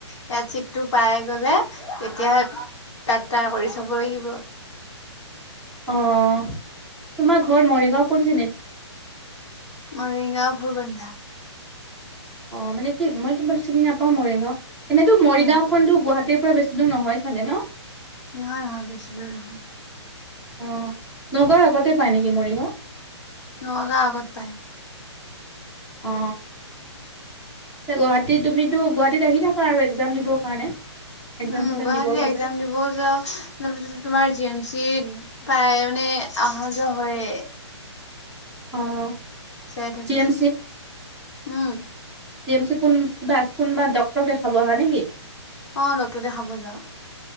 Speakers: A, on the left; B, in the centre.
A: ইয়াত। চিটটো পাই গ'লে তেতিয়া তাত ট্ৰায় কৰি চাব লাগিব।
B: আহ তোমাৰ ঘৰ মৰিগাঁও কোনখিনিত।
A: ৰেঙা ভুল বন্ধা।
B: অ মানে কি মই তোমাৰ চিনি নাপাওঁ মৰিগাঁও এনেইতো মৰিগাঁওখনতো
A: উম
B: গুৱাহাটী তিৰ পৰা বেছি দূৰ নহয় চাগে ন।
A: নহয় নহয় বেছি দূৰ নহয়‌।
B: অ নগাঁও আগতে পাই নেকি মৰিগাঁও।
A: নগাও আগত পাই।
B: অ গুৱাহাটীত তুমিতো গুৱাহাটীত আহি থাকা আৰু এক্জাম দিবৰ কাৰণে এক্সাম
A: উম
B: চেক্সাম
A: গুৱাহাটী
B: দিবৰ
A: একজাম
B: বাবে
A: দিবও যাওঁ তাৰপিছ তোমাৰ জ বুচি পায় মানে অহা যোৱা হয়
B: অ
A: চাই থাকো
B: জি এম
A: উম
B: ম কোন কিবা আ কোনবা ডক্টৰক দেখাব অহা নেকি <unintelligible>
A: অ লগটো দেখাব যাও